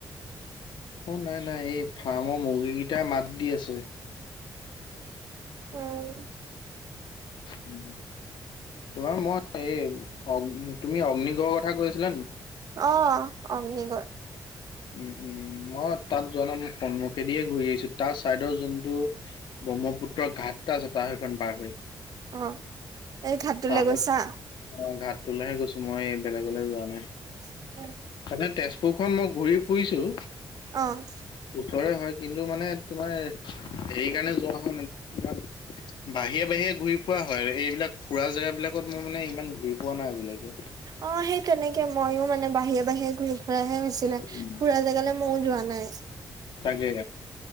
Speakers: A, on the left; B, on the right.
A: অ, নাই, নাই এই ফাৰ্মৰ মুৰ্গীকেইটাই মাত দি আছে।
B: উম।
A: উম। তোমাৰ, মই এই অ, তুমি অগ্নিগড়ৰ কথা কৈ আছিলা, কি?
B: অ, অগ্নিগড়।
A: উম, উম, মই তাত যাওঁ। সন্মুখেদি ঘূৰি আহিছোঁ। তাৰ চাইডৰ যোনটো ব্ৰহ্মপুত্ৰৰ ঘাটটো চাই, সেইখন পাৰ হৈ
B: অ, এই ঘাটটোলৈ
A: তালৈ
B: গৈছা?
A: অ, ঘাটটোলৈহে গৈছোঁ। মই বেলেগলৈ যোৱা নাই।
B: <inaudible>
A: মানে, তেজপুৰখন মই ঘূৰি ফুৰিছোঁ।
B: অ',
A: ওচৰেই হয়। কিন্তু, মানে, তোমাৰ হেৰিৰ কাৰণে যোৱা হোৱা নাই, তোমাক। বাহিৰে-বাহিৰে ঘূৰি ফুৰা হয়। এইবিলাক ফুৰা জেগাবিলাকত, মই মানে, ইমান ঘূৰি পোৱা নাই আজিলৈকে।
B: অ', সেই তেনেকেই। ময়ো, মানে, বাহিৰে-বাহিৰে ঘূৰি ফুৰাহে হৈছিলোঁ,
A: উম,
B: পুৰা। তে কাললে মই যোৱা নাই
A: তাকে